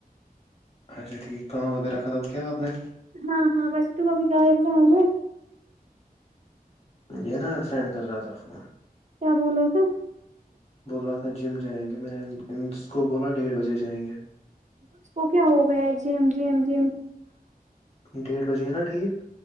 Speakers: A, on the left; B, on the right.
A: اچھا ٹھیک کام وغیرہ ختم کیا آپ نے
B: ہاں ہاں وسے تو ممی گایا کہا ہو ہے
A: یہ نا فرینڈ کر رہا تھا فون
B: کیا بول رہو تھا
A: بول رہا تھا جم جائیں گے میں نے اس کو بولا ڈیڑھ بجے جائیں گے
B: اس کو کیا ہو گیا ہے جم جم ج
A: ڈیڑھ بجے ہے نا ٹھیک